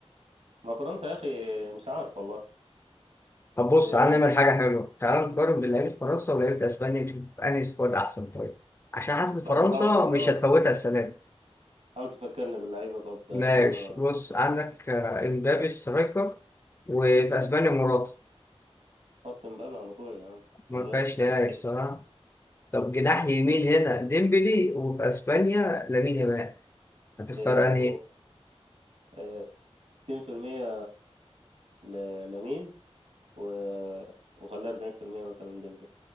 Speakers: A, on the right (about 75°); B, on the left (about 25°).
A: ما فرنسا يا أخي مش عارف والله
B: طب بص
A: إيه
B: تعالى نعمل حاجه حلوه تعالى نقارن بين لعيبه فرنسا ولعيبه اسبانيا نشوف انهي سكواد احسن طيب عشان حاسس ان فرنسا
A: طب حاول حاول
B: مش هتفوتها السنة دي
A: حاول تفكرني باللعيبة طب
B: ماشي
A: عشان أنا
B: بص عندك آه، امبابي سترايكر وفي اسبانيا موراتا
A: حط مبابي على طول يعني
B: ما
A: من غير
B: فيهاش نهائي
A: تفكير
B: بصراحه طب
A: بالظبط
B: جناح يمين هنا ديمبلي وفي اسبانيا لامين يامال هتختار
A: إيه
B: انهي
A: أوه. إيه 60% ل- لمين و... وخليه 40% مثلا ديمبلي